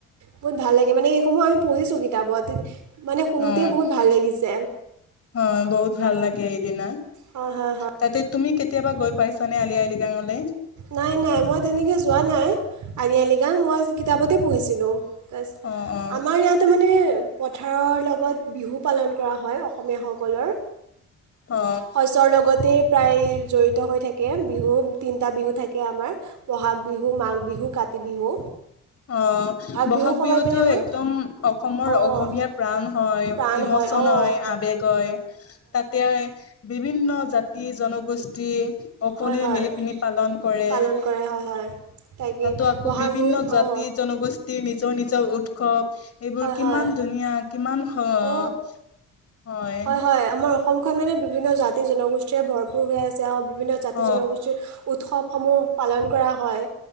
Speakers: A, on the right (about 70°); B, on the left (about 50°).
A: বহুত ভাল লাগে মানে এইসমূহ আমি পঢ়িছোঁ কিতাপত মানে শুনোতেই
B: অ
A: বহুত ভাল লাগিছে
B: হয় বহুত ভাল লাগে সেইদিনা
A: হয় হয় হয়
B: তাতে তুমি কেতিয়াবা গৈ পাইছানে আলি আই লৃগাঙলৈ
A: নাই নাই মই তেনেকৈ যোৱা নাই আলি আই লৃগাং মই কিতাপতে পঢ়িছিলোঁ তাৰ
B: অ অ
A: আমাৰ ইয়াাতো মানে পথাৰৰ লগত বিহু পালন কৰা হয় অসমীয়াসকলৰ
B: অ
A: শস্যৰ লগতে প্ৰায় জড়িত হৈ থাকে বিহু তি তিনিটা বিহু থাকে আমাৰ বহাগ বিহু মাঘ বিহু কাতি বিহু
B: অ বহাগ
A: বিহুৰ সময়ত
B: বিহুতো
A: মানে আমাৰ
B: একদম অসমৰ
A: অঁ
B: অসমীয়াৰ
A: অঁ
B: প্ৰাণ হয় ই
A: প্ৰাণ
B: ইমোচন
A: অঁ
B: হয় আবেগ হয় তাতে বিভিন্ন জাতি জনগোষ্ঠী অকললে
A: হয় হয়
B: মিলি পিনি পালন কৰে
A: পালন কৰে হয় হয় তাকে
B: তাতো আকৌ
A: বহাগ
B: বিভিন্ন
A: বিহুত
B: জাত
A: অঁ
B: জাতিজনগোষ্ঠীৰ নিজৰ নিজৰ উৎসৱ এইবোৰ
A: হয়
B: কিমান
A: হয়
B: ধুনীয়া কিমান হয়
A: অঁ হয় হয় আমাৰ অসমখন মানে বিভিন্ন জাতি জনগোষ্ঠীয়েৰে ভৰপূৰ হৈ আছে আৰু বিভিন্ন জাতি
B: অ
A: জনগোষ্ঠীৰ উৎসৱ সমূহ পালন কৰা হয়